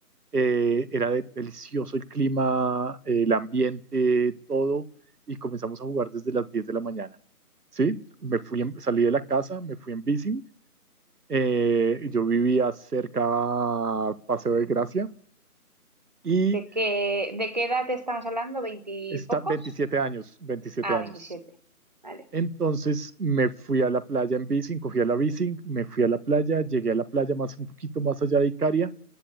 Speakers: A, on the right (about 75°); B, on the right (about 30°).
A: eh, era de- delicioso el clima, eh, el ambiente, todo, y comenzamos a jugar desde las 10 de la mañana. Sí, me fui en- salí de la casa, me fui en bici. eh, yo vivía cerca a Paseo de Gracia y
B: ¿De qué, de qué edad estamos hablando? ¿Veintipocos?
A: está 27
B: Pocos?
A: años, 27
B: Ah,
A: años.
B: veintisiete. Vale.
A: Entonces me fui a la playa en bici, cogí a la bici, me fui a la playa, llegué a la playa más un poquito más allá de Icaria,